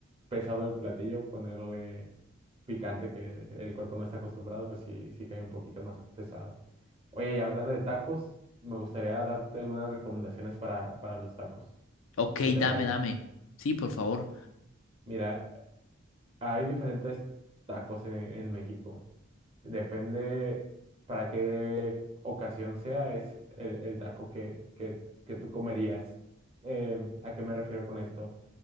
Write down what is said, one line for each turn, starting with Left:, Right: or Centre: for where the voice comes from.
Right: pesado el platillo, ponerle picante que el cuerpo no está acostumbrado, pues sí, sí cae un poquito más pesado. Oye, y hablando de tacos, me gustaría darte algunas recomendaciones para, para los tacos.
Left: Ok,
Right: ¿Qué te
Left: dame,
Right: parece?
Left: dame. Sí, por favor.
Right: Mira, Hay diferentes tacos en, en México. Depende para qué ocasión sea, es el, el taco que, que, que tú comerías. Eh, ¿a qué me refiero con esto?